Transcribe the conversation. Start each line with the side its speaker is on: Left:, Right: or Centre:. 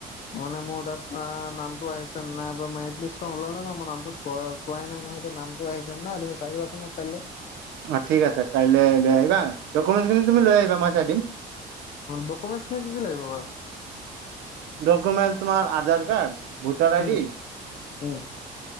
Left: মানে মোৰ তাত নামটো আহিছে ন নাই, মেৰিট লিষ্টখন ওলালে ন মোৰ নামটো চোৱা চোৱাই নাই, নামটো আহিছে নে নাই, তুমি চাইলোৱাছো মই কাইলৈ
Right: অ ঠিক আছে, কাইলৈ আহিবা। ডকুমেন্টচ খিনি তুমি লৈ আহিবা মই চাই দিম
Left: ডকুমেট খিনি কি-কি লাগিব বাৰু।
Right: ডকুমেণ্ট তোমাৰ Aadhaar card voter ID,
Left: um um